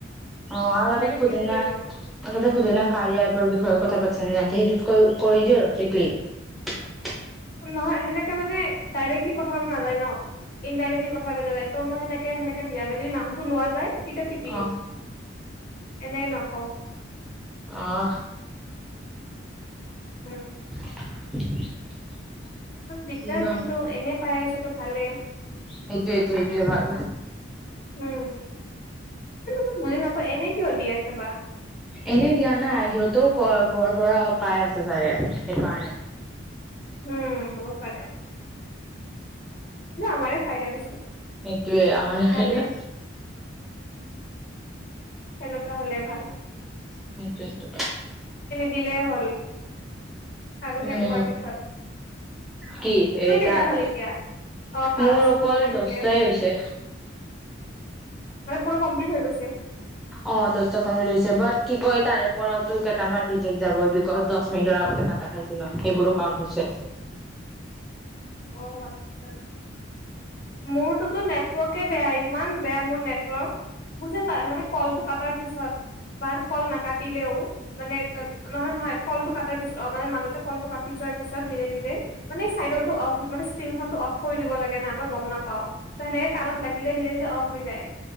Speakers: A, in the centre; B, on the left.
A: অঁ, আৰু
B: সেনেকে
A: তাতে সোধনা
B: ক্লিক কৰি দিওঁ
A: তাতে সোধেনা কাৰিআইপৰা বিষয়ে, কথা পাতি। সেইটোত কৰি দিও আৰু ক্লিক।
B: নহয় সেনেকে মানে ডাইৰেক্টলি কথা পতা নাযায় ন, ইনডাইৰেক্টলি কথা পতা নাযায় ত' মই সেনেকে-সেনেকে, দিয়া নাই যদি নামটো লোৱা যায়। তেতিয়া টিপি
A: অ
B: দিওঁ এনেকে নকওঁ।
A: অঁ।
B: উম।
A: <unintelligible>
B: দিগদাৰ
A: এইটোৱে
B: কিন্তু এনেই পাই আছো। টো ভালে,
A: সেইটোৱেই-সেইটোয়ে ভাল
B: উম কিন্তু মই বুজি নাপাওঁ এনে কিয় দি আছে বা
A: এনেই দিয়া নাই। সিহঁতও ক'ৰ পৰা পাই আছে চাগে। সেইকাৰণে,
B: উম' হ'ব পাৰে। আমাৰেই ফাইদা দেচোন।
A: সেইটোৱে আমাৰেই ফাইডা
B: ভালে তেনেকুৱা হলে ভাল।
A: সেইটোৱেইটো।
B: দিলেই হ'ল। আৰু শেষ
A: উম
B: হোৱাৰ পিছত
A: কি
B: তোৰ
A: এ
B: কেইটা
A: টাস্ক
B: হল এতিয়া? অ টাচ
A: মোৰ অকল
B: বঢ়াই নিদিলে
A: দহটাই
B: হল,
A: হৈছে
B: মানে পুৰা কমপ্লিট হৈ গৈছে। <unintelligible>
A: অ' দহটা কমপ্লিত হৈছে বাট কি কয়, তাৰে পৰাওতো কেইটামান ৰিজেক্ট যাবই, বিকজ দহ মিনিটৰ আগতে কাটা খাইছে ন, সেইবোৰো কাৰউণ্ট হৈছে।
B: অ' আচছা, মোৰ তোতো নেট ৱৰ্ককে বেয়া ইমান বেয়া মোৰ নেটৱৰ্ক মোৰ যে মানে কলটো কটাৰ পিছত বা কল নাকাটিলেও মানে এক নহয় নহয় কলটো কাটাৰ পিছত অ মানে মাজত কলটো কাটি যোৱাৰ পিছত নিজে নিজে মানে চাইডৰটো অফ মানে স্পিনখনটো অফ কৰি দিব লাগে ন আম গম নাপাও ত সেনেকে কাণত লাগি যায় নিজে নিজে অফ হৈ যায়।